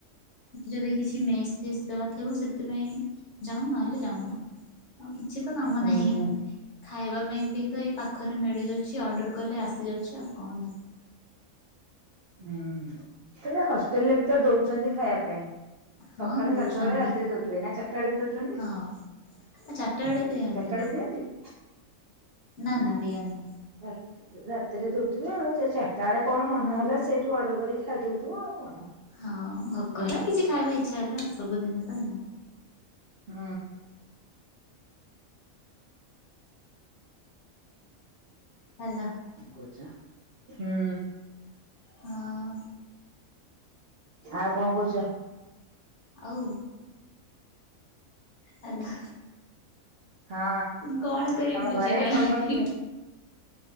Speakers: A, on the left (about 60°); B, on the right (about 60°).
A: ଯଦି କିଛି ମେସ୍ ପେସ୍ ଦେବା ଥିବ ସେଥିପାଇଁ ଯାଉ ନହେଲେ ଯାଉନୁ। ଆଉ କିଛି ତ କାମ
B: ହୁଁ।
A: ନାହିଁ ଖାଇବା ପାଇଁ ବି- ତ ଏଇ ପାଖରେ ମିଳି ଯାଉଛି ଅର୍ଡର କଲେ ଆସିଯାଉଛି ଆଉ କଣ ଯିବ।
B: ହୁଁ ତାପରେ ହଷ୍ଟେଲରେ ବିତ ଦଉଛନ୍ତି ଖାଇବା ପାଇଁ।
A: ହଁ
B: ସକାଳେ
A: ଦଉଛନ୍ତି
B: ଗାଧୁଆଳେ ରାତିରେ ଦଉଥିବେ ନା ଚାରଟା ବେଳେ ବି ଦଉଛନ୍ତି!
A: ହଁ ଚାରିଟା ବେଳେ ଦିଅନ୍ତିନି।
B: ଚାରଟା ବେଳେ ବି ଦିଅନ୍ତି?
A: ନା
B: ହଁ
A: ନା ଦିଅନ୍ତିନି
B: ରା ରାତିରେ ଦଉଥିବେ ଆଉ ସେ ଚା- ତା ଳେ କଣ ମନ ହେଲା ସେଇଠୁ ଅର୍ଡର କରିକି ଖାଇଦଉଥିବ ଆଉ କଣ।
A: ହଁ ଭୋକ ନାହିଁ କିଛି ଖାଇବା ଇଚ୍ଛା ହେଲା ସବୁ ଜିନିଷ
B: ହୁ
A: ହାଲୋ
B: କୁଜା ହୁଁ
A: ହଁ
B: ଝା ଆଉ କଣ କହୁଛ?
A: ଆଉ ହାଲୋ।
B: ହଁ
A: କଣ କହିବି
B: ତମ
A: ବୁଝିପାରୁନି।
B: ଘରେ କଲ୍ କରିଥିଲେ